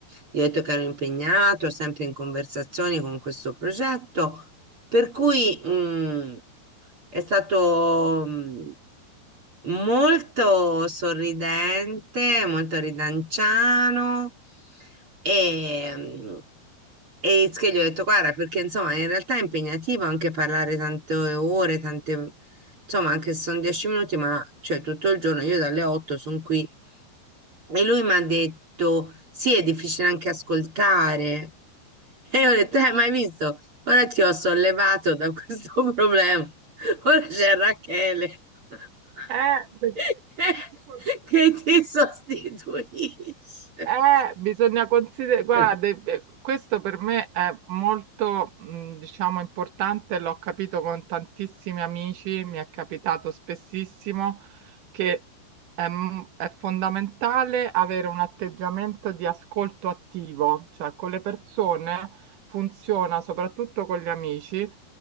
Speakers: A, on the right (about 30°); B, on the right (about 70°).
A: Gli ho detto che ero impegnato, sempre in conversazioni con questo progetto, per cui mm, è stato mm, molto sorridente, molto ridanciano e, mm, e che gli ho detto, guarda, perché insomma in realtà è impegnativo anche parlare tante ore, tante, insomma anche se sono dieci minuti, ma cioè tutto il giorno, io dalle otto sono qui. E lui mi ha detto, sì, è difficile anche ascoltare. <laughs> E io ho detto, eh, ma hai visto? Ora ti ho sollevato da questo <laughs> problema. Ora c'è Rachele <laughs>
B: Eh, perché comunque
A: che ti sostituisce.
B: eh, bisogna considerare, guarda,
A: Mm.
B: eh, eh, questo per me è molto, mh, diciamo, importante, l'ho capito con tantissimi amici, mi è capitato spessissimo che è, m- è fondamentale avere un atteggiamento di ascolto attivo, cioè con le persone funziona, soprattutto con gli amici,